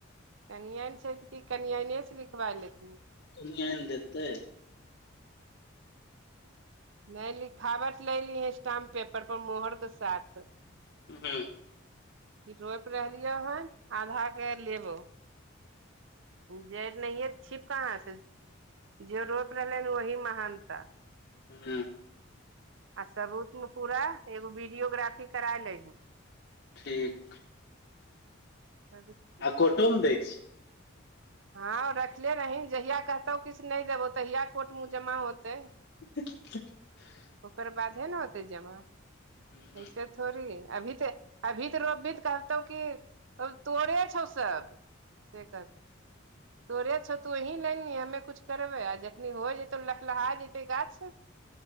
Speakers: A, on the right (about 65°); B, on the left (about 55°).
A: कनिआन छैय तऽ कि कनिआनेसे लिखबाय लेथिन।
B: कनियन देतै।
A: नहि लिखावट ले लीहैं स्टाम्प पेपर पर मोहरके साथ।
B: ह
A: कि रोपि रहलियै हन आधा के लेबौ। जड़ि नहि छिप काँहाँसे जे रोप रहले हन वही महानता।
B: ह
A: आ सबूतमे पूरा एगो वीडियोग्राफी करा लिही।
B: ठीक
A: हैबिट <inaudible>
B: कोटोम दै के छै <unintelligible>
A: हँं रखले रहिंन जहिया कहतौ किछु नहि देबौ तहिया कोर्ट मे उ जमा होतै
B: <inaudible>
A: ओकर बाद हे न होतै जमा
B: हूँ
A: ऐसे थोड़ी अभी तऽ अभी तऽ रोपभी तऽ कहतौ की तोरे छौ सब से कहतौ तोरे छौ तूहीं लैनी हम्मे कुछ करबै आ जखनी हो जेतौ लहलहा जेतै गाछ